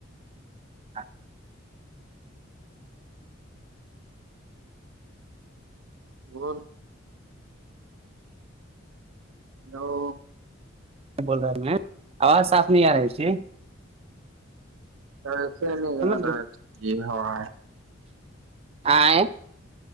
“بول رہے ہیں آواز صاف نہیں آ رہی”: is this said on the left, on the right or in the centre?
Right